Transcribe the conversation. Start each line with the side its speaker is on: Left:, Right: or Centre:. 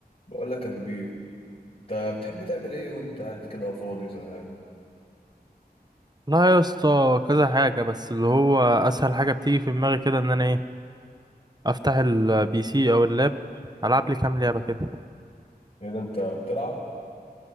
Left: بقول لك يا كبير انت بتحب تعمل ايه وانت قاعد كده فاضي زهقان
Right: لا يا اسطى كذا حاجة بس اللي هو أسهل حاجة بتيجي في دماغي كده إن أنا إيه أفتح البي سي أو اللاب ألعب لي كام لعبة كده
Left: ايه ده انت بتلعب